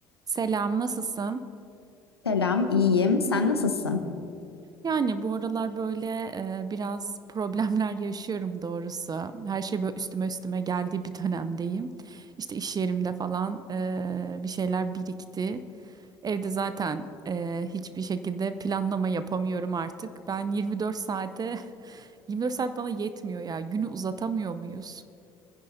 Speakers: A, on the right (about 30°); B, on the left (about 80°).
A: Selam, nasılsın?
B: Selam, iyiyim. Sen nasılsın?
A: Yani bu aralar böyle e, biraz <laughs> problemler yaşıyorum doğrusu. Her şey böyle üstüme üstüme geldiği bir dönemdeyim. İşte iş yerimde falan e, bir şeyler birikti. Evde zaten e, hiçbir şekilde planlama yapamıyorum artık. Ben 24 saate, <laughs> 24 saat bana yetmiyor ya. Günü uzatamıyor muyuz?